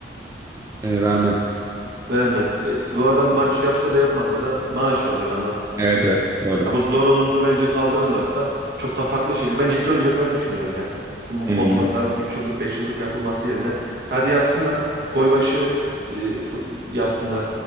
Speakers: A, on the right; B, on the right.
A: E, vermez.
B: Vermez. E, bu adam maç yapsa da yapmasa da maaş alıyor anladın
A: Evet
B: mı?
A: evet doğru.
B: Ha bu zorunluluğu bence kaldırırlarsa çok da farklı şekilde. Ben ciddi oynayacaklarını düşünüyorum ya. Bu
A: Hmm.
B: kontratların 3 yıllık 5 yıllık yapılması yerine hadi yapsınlar. Gol başı e, f- yapsınlar.